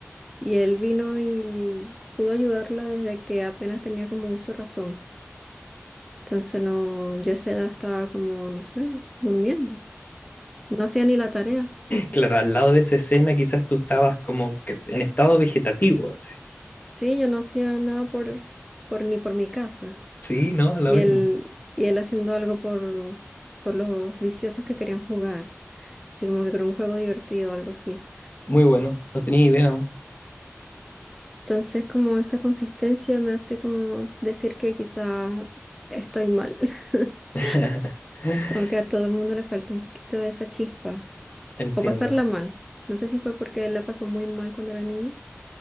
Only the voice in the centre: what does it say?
Y él vino y pudo ayudarla desde que apenas tenía como uso de razón. Entonces no, yo a esa edad estaba como, no sé, durmiendo. No hacía ni la tarea.
Sí, yo no hacía nada por, por ni por mi casa.
Y
él, y él haciendo algo por, por los viciosos que querían jugar. Así como que era un juego divertido algo así.
Entonces, como esa consistencia me hace como decir que quizás estoy mal. <laughs>
Como que a todo el mundo le falta un poquito de esa chispa.
O pasarla mal. No sé si fue porque él la pasó muy mal cuando era niño